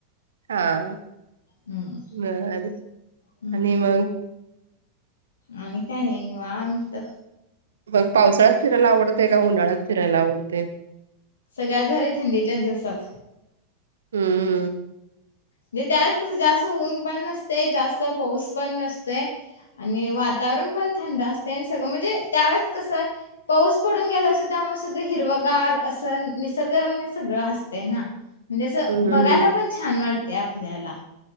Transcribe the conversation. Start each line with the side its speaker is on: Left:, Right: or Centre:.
Right: हा.
Left: हं,
Right: बर
Left: हं.
Right: आणि मग?
Left: आणि काय नाही निवांत.
Right: मग पावसाळ्यात फिरायला आवडतय काय उन्हाळ्यात? फीरायला आवडतय.
Left: सगळ्यात भारी थंडीच्या दिवसात.
Right: हम्म हम्म.
Left: म्हणजे त्यावेळेस कस जास्त ऊन पण नसते, जास्त पाऊस पण नसत आणि वातावरण पण थंड असते आणि सगळं म्हणजे त्यावेेळेस कसं पाऊस पडून गेला असतो, त्यामुळे सगळ हिरवगार असं निसर्गरम सगळं असतंय ना. म्हणजे असं
Right: हम्म हम्म.
Left: बघायला पण छान वाट त्या आपल्याला